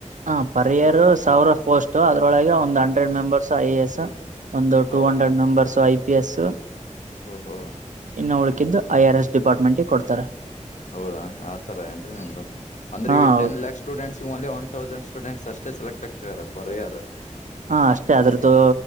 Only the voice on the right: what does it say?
ಹ ಪರ್ ಇಯರ್ ಸಾವಿರ ಪೋಸ್ಟ್ ಅದ್ರೊಳಗೆ ಒಂದ್ hundred members I A S ಒಂದು
ಟೂ hundred members I P S
ಇನ್ನು ಉಳ್ಕಿದ್ದು ಐ ಆರ್ ಎಸ್ ಡಿಪಾರ್ಟ್ಮೆಂಟ್ಗೆ ಕೊಡ್ತಾರೆ
ಹಾ
ಹೌದು
ಹಾ ಅಷ್ಟೇ ಅದ್ರದ್ದು